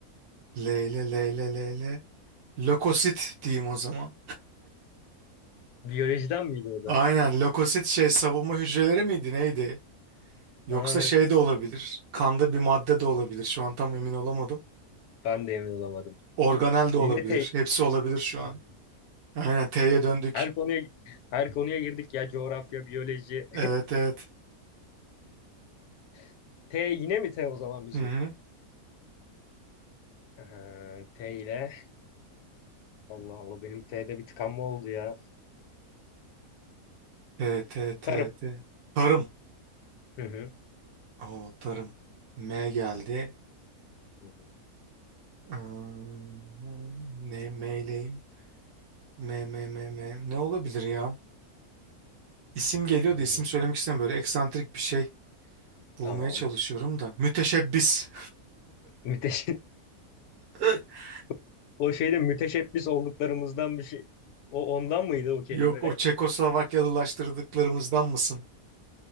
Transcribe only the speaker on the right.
L ile L ile L ile. Lökosit diyeyim o zaman.
Aynen lökosit şey savunma hücreleri miydi neydi? Yoksa
şey de olabilir. Kanda bir madde de olabilir. Şu an tam emin olamadım.
Organel de
olabilir.
Hepsi olabilir şu
an. Aynen T'ye döndük.
Evet evet.
Hı hı.
T T T
T. Tarım.
Oo tarım. M geldi.
Hmm, Ne M'leyim? M M M M. Ne olabilir ya? İsim geliyor
da isim söylemek istemiyorum. Böyle eksantrik bir şey bulmaya
çalışıyorum da. Müteşebbis.
<laughs>
Yok o Çekoslovakyalılaştırdıklarımızdan mısın?